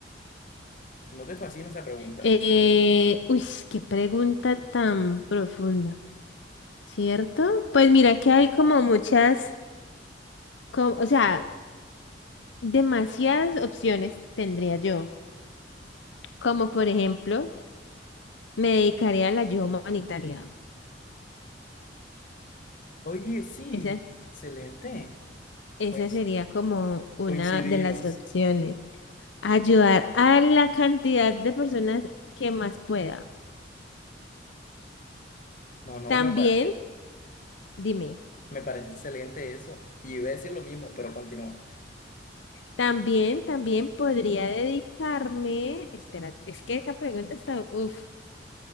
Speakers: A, on the left (about 45°); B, on the left (about 80°).
A: ¿No te fascina esa pregunta?
B: Eh, uy, qué pregunta tan profunda, ¿cierto? Pues mira que hay como muchas, como, o sea, demasiadas opciones tendría yo. Como por ejemplo, me dedicaría a la ayuda humanitaria.
A: Oye, sí,
B: Esa,
A: excelente.
B: esa
A: Coinci-
B: sería como una
A: coincidimos.
B: de las opciones. Ayudar a la cantidad de personas que más pueda.
A: No, no,
B: También,
A: me, pa-
B: dime.
A: me parece excelente eso. Y iba a decir lo mismo, pero continúa.
B: También, también podría dedicarme, espérate, es que esa pregunta está, uf,